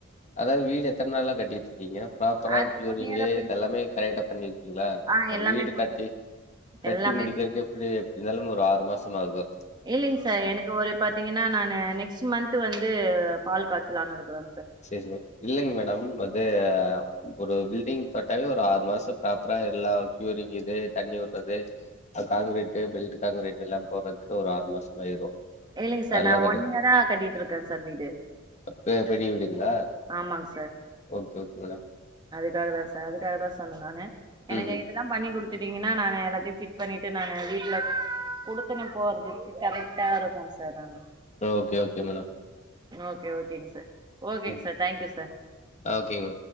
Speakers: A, on the left (about 35°); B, on the right (about 20°).
A: அதாது வீடு எத்தன் நாளா கட் ட்டிட்டு இக்கீங்க ப்ராப்பரா
B: அது
A: கியூரிங்லெ
B: ஒன் இயரா போய்
A: இதல்லாமே கரையட் தண்ணி ங்ள
B: ஆ
A: ஒரு
B: எல்லாமே
A: வீடு
B: போய்
A: கட்டி கட்டி
B: எல்லாமே
A: முடிக்கேறதுக்கு எப்பிடி இருந்தாலும் ஒரு ஆறு இப்ப மாசமாகு
B: இல்லைங் சார் எனக்கு ஒரு பாத்தீங்கன்னா நானு நெக்ஸ்ட் மந்த் வந்து பால் காய்ச்சலான்னுருக்குறோ
A: செரி செர் இல்லைங்க மேடம் அது ஒரு பில்டிங் தொட்டாவே ஒரு இப்ப ஆறு மாசம் ப்ராப்பரா எல்லா க்யூரிங் இது தண்ணி உடுறது அது காங்க்ரீட்டு பெல்ட் காங்க்ரீட்டெல்லா போறதுக்கு ஒரு ஆறு மாசமாயிரு
B: இல்லைங்க சார்
A: அதெல்லா
B: நா
A: கட்டி
B: ஒன் இயரா கட்டிட்டு இருக்கேன் சார் வீடு
A: பெ <unintelligible>
B: ஆமாங்க
A: ஓகே ஓகே மேடம்
B: அதுக்காகதா சார் அதுக்காகதா சொன்ன நானு எனக்கு
A: ம்
B: இதெல்லா பண்ணி குடுத் குடுத்திட்டீங்கின்னா நானு எல்லாத்தியு ஃபிட் பண்ணிட்டு நானு வீட்ல குடுத்தனம் போறதுக்கு கரெக்ட்டாருக்கு சார் நானு
A: ஓகே ஓகே மேடம்
B: ஓகே ஓகேங் சார் ஓகேங்
A: ம்
B: சார் தேங்க்யூ சார்
A: ஆ ஓகேங்க மேம்